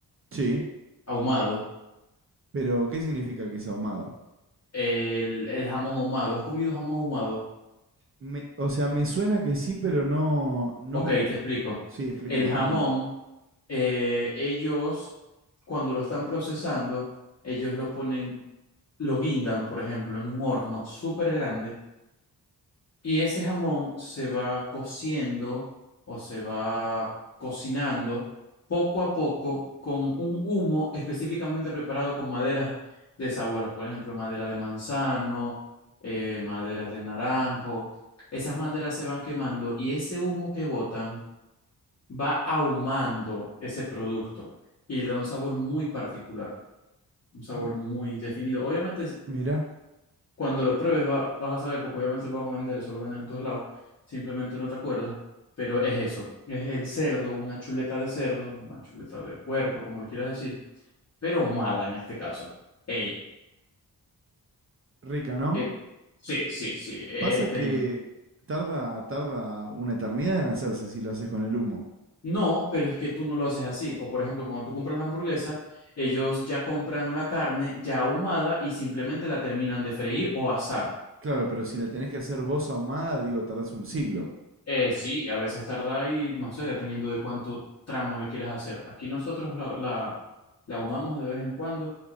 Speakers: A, on the right (about 35°); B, on the left (about 40°).
A: Sí,
B: ahumado,
A: pero ¿qué significa que es ahumado?
B: el, el jamón ahumado. ¿Has comido jamón ahumado?
A: Me- o sea, me suena que sí, pero no, no
B: Ok,
A: me... ac-
B: te explico.
A: Sí, explícame,
B: El jamón,
A: explícame.
B: eh, ellos, cuando lo están procesando, ellos lo ponen, lo guindan, por ejemplo, en un horno súper grande. Y ese jamón se va cociendo o se va cocinando poco a poco con un humo específicamente preparado con maderas de sabores, por ejemplo, madera de manzano, eh, maderas de naranjo. Esas maderas se van quemando y ese humo que botan va ahumando ese producto y le da un sabor muy particular, un sabor
A: M-
B: muy definido. Obviamente es-
A: Mira,
B: cuando lo pruebes va- vas a saber, porque obviamente lo vas a vender, eso lo venden en todos lados, simplemente no te acuerdas, pero es eso, es el cerdo, una chuleta de cerdo, una chuleta de puerco, como le quieras decir, pero ahumada en este caso. Ey,
A: rica, ¿no?
B: que sí, sí, sí, eh,
A: Pasa
B: este,
A: que
B: en-
A: tarda, tarda una eternidad en hacerse si lo haces con el humo.
B: no, pero es que tú no lo haces así, o por ejemplo, cuando tú compras la hamburguesa, ellos ya compran la carne ya ahumada y simplemente la terminan de freír o asar.
A: Claro, pero si la tenés que hacer vos ahumada, digo, tardás un siglo.
B: Eh, sí, a veces tarda y no sé, dependiendo de cuánto tramo lo quieras hacer. Aquí nosotros la, la, la ahumamos de vez en cuando